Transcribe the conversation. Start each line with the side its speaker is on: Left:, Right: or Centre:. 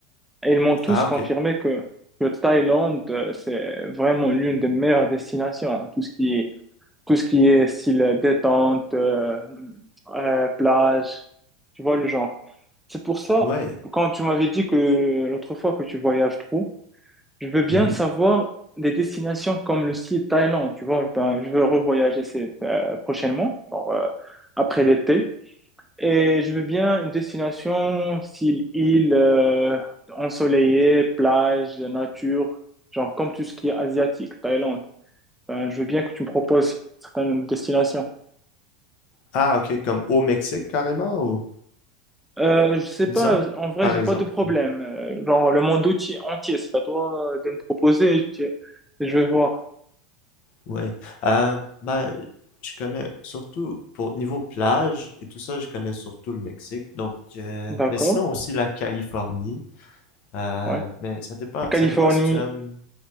Centre: Et ils m'ont tous
Left: Ah,
Centre: confirmé
Left: ok.
Centre: que, que Thaïlande, euh, c'est vraiment l'une des meilleures destinations. hein. Tout ce qui est tout ce qui est style euh, détente, euh, euh, plage, tu vois le genre. C'est pour ça,
Left: Ouais.
Centre: quand tu m'avais dit que l'autre fois que tu voyages trop, je veux bien
Left: Mhm.
Centre: savoir des destinations comme le style Thaïlande, tu vois. Ben, je veux revoyager cette, euh, prochainement, genre, euh, après l'été. Et je veux bien une destination style île, euh, ensoleillée, plage, nature, genre comme tout ce qui est asiatique, Thaïlande. Ben, je veux bien que tu me proposes certaines destinations.
Left: Ah, ok. Comme au Mexique, carrément, ou
Centre: Euh, je sais
Left: disons,
Centre: pas, en vrai,
Left: par
Centre: j'ai
Left: exemple.
Centre: pas de problème. Euh, Genre, le monde outil entier, c'est à toi euh, de me proposer. Je, je vais voir.
Left: Ouais. Euh, ben, je connais surtout pour niveau plage et tout ça, je connais surtout le Mexique. Donc, euh,
Centre: D'accord,
Left: mais sinon aussi la Californie. Euh,
Centre: ouais.
Left: mais ça dépend,
Centre: La Californie.
Left: ça dépend si tu aimes.